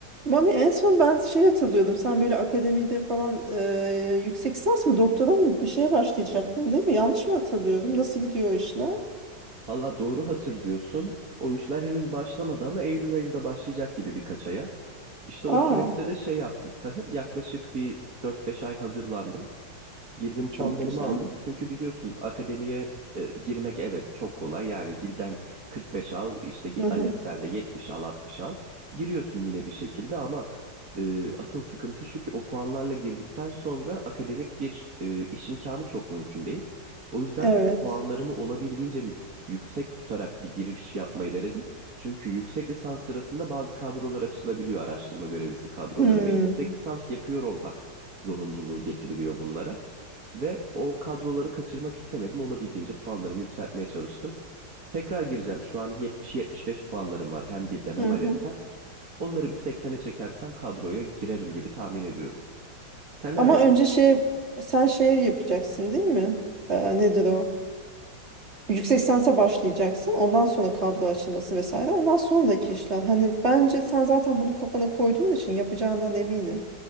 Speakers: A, on the right; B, on the right.
A: Mami en son ben şey hatırlıyordum. Sen böyle akademide falan e, yüksek lisans mı doktora mı bir şeye başlayacaktın değil mi? Yanlış mı hatırlıyorum? Nasıl gidiyor o işler?
B: Valla doğru hatırlıyorsun. O işler henüz başlamadı ama Eylül ayında başlayacak gibi birkaç aya. İşte
A: Aa
B: o süreçte de şey yaptım. <laughs> Yaklaşık bir dört beş ay hazırlandım. Girdim puanlarımı
A: çok güzel.
B: aldım. Çünkü biliyorsun akademiye e, girmek evet çok kolay. Yani dilden 45 al, işte git
A: Hı hı.
B: ALES'ten de 70 al, 60 al. Giriyorsun yine bir şekilde ama e, asıl sıkıntı şu ki o puanlarla girdikten sonra akademik bir e, iş imkanı çok mümkün değil. O yüzden
A: Evet.
B: puanlarımı olabildiğince yüksek tutarak bir giriş yapmayı denedim. Çünkü yüksek lisans sırasında bazı kadrolar açılabiliyor araştırma görevlisi kadroları
A: Hmm.
B: ve yüksek lisans yapıyor olmak zorunluluğu getiriliyor bunlara. Ve o kadroları kaçırmak istemedim. Olabildiğince puanlarımı yükseltmeye çalıştım. Tekrar gireceğim. Şu an 70-75 puanlarım var. Hem dilden hem
A: Hı
B: ALES'ten.
A: hı.
B: Onları bir 80'e çekersem kadroya girerim gibi tahmin ediyorum. Sen neler
A: Ama
B: yapıyorsun?
A: önce şey sen şey yapacaksın değil mi? Ee, nedir o? yüksek lisansa başlayacaksın. Ondan sonra kadro açılması vesaire. Ondan sonraki işler. Hani bence sen zaten bunu kafana koyduğun için yapacağından eminim.